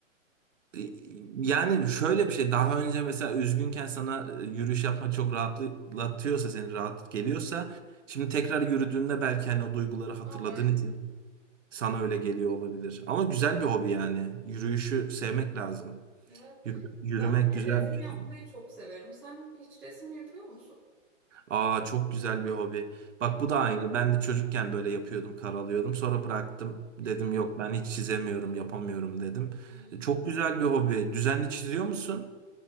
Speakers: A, on the right; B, in the centre.
A: Ee, Yani şöyle bir şey daha önce mesela üzgünken sana e, yürüyüş yapmak çok rahatlatıyorsa seni rahat geliyorsa şimdi tekrar yürüdüğünde belki hani o duyguları hatırladığın
B: Aa, belki
A: için
B: de.
A: sana öyle geliyor olabilir. Ama güzel bir hobi yani. Yürüyüşü sevmek lazım.
B: Evet.
A: Yürü-
B: Ben
A: yürümek
B: bir
A: güzel
B: de resim
A: bir
B: yapmayı
A: şey.
B: çok severim. Sen hiç resim yapıyor musun?
A: Aa çok güzel bir hobi. Bak
B: Hı hı.
A: bu da aynı. Ben de çocukken böyle yapıyordum, karalıyordum. Sonra bıraktım. Dedim
B: Hı hı.
A: yok ben hiç çizemiyorum, yapamıyorum dedim.
B: Hmm.
A: E, Çok güzel bir hobi. Düzenli çiziyor musun?